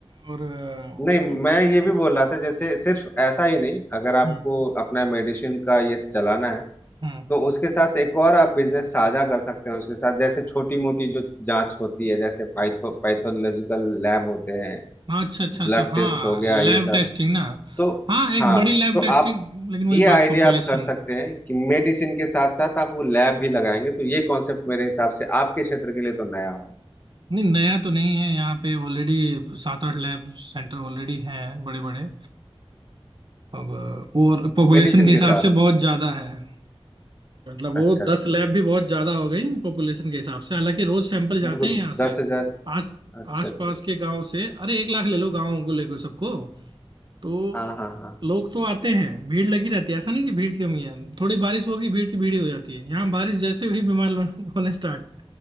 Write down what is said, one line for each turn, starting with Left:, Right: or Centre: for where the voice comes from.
Right: और अ,
Left: नहीं
Right: तो
Left: मैं ये भी बोल रहा था जैसे सिर्फ ऐसा ही नहीं अगर आपको
Right: हम्म
Left: अपना मेडिसिन का ये चलाना है
Right: हम्म।
Left: तो उसके साथ एक और आप बिजनेस साझा कर सकते हैं उसके साथ जैसे छोटी मोटी जो जांच होती है जैसे पाइथो पैथोलॉजिकल लैब होते हैं
Right: हाँ अच्छा अच्छा
Left: ब्लड
Right: अच्छा हाँ
Left: टेस्ट हो गया
Right: लैब
Left: ये सब
Right: टेस्टिंग ना
Left: तो
Right: हाँ एक
Left: हाँ
Right: बड़ी लैब
Left: तो
Right: टेस्टिंग
Left: आप
Right: लेकिन वही
Left: ये
Right: बात
Left: आइडिया
Right: पॉपुलेशन
Left: आप कर सकते हैं कि मेडिसिन के साथ साथ आप वो लैब भी लगाएंगे तो ये कॉन्सेप्ट मेरे हिसाब से आपके क्षेत्र के लिए तो नया हो
Right: नहीं नया तो नहीं है यहाँ पे ऑलरेडी सात आठ लैब सेंटर ऑलरेडी हैं बड़े बड़े अब अ, और पॉपुलेशन
Left: मेडिसिन
Right: के हिसाब
Left: के साथ
Right: से बहुत ज़्यादा है मतलब वो
Left: अच्छा अच्छा
Right: दस लैब
Left: अच्छा
Right: भी बहुत ज़्यादा हो गई पॉपुलेशन के हिसाब से हालांकि रोज सैंपल जाते
Left: बिल्कुल
Right: हैं यहाँ से
Left: दस हजार
Right: आस
Left: अच्छा
Right: आस
Left: अच्छा
Right: पास
Left: अच्छा।
Right: के गांव से अरे एक लाख ले लो गांव को लेकर सबको तो
Left: हाँ हाँ हाँ
Right: लोग तो आते हैं भीड़ लगी रहती है ऐसा नहीं कि भीड़ की कमी है थोड़ी बारिश होगी भीड़ की भीड़ ही हो जाती है यहाँ बारिश जैसे ही बीमार लोग <laughs> होने स्टार्ट